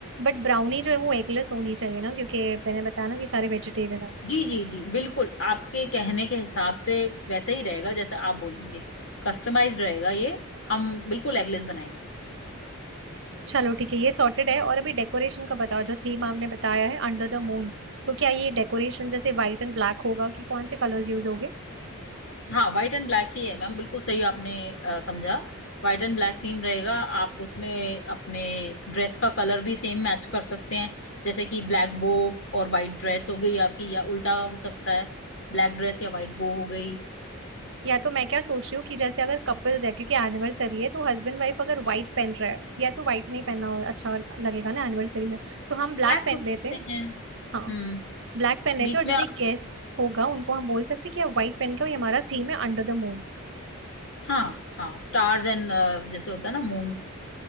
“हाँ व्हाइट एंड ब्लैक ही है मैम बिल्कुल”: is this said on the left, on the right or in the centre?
Left